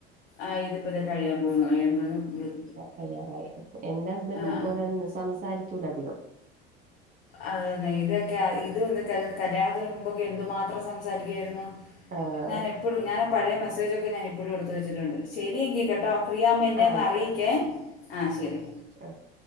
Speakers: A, on the left; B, on the right.
A: ആഹ് ഇതിപ്പതെ കഴിയാ പോന്നു കഴിയ്യുമ്പോന്നു വിളി
B: കയ്യാറായി എന്റെ ഹസ്ബന്റു
A: ആ
B: അതുപോലെന്നെ സംസാരിക്കൂല ധികം
A: അതെയതെ ഇതൊക്കെ ഇത് <unintelligible> കല്യാണത്തിന് മുമ്പൊക്കെ എന്തു മാത്രം സംസാരിക്കു ആരുന്നു
B: ആഹ്
A: ഞാനെപ്പഴും ഞാനപഴേ മെസേജൊക്കെ ഞാനിപ്പഴും എടുത്ത് വച്ചിട്ടുണ്ട്. ശരിയെങ്കി കേട്ടോ ഫ്രീയാവുമ്പോ എന്നെയൊന്നറിയിക്കെ
B: ആഹ് ആയിക്കോട്ടെ
A: ആഹ് ശരി
B: <unintelligible>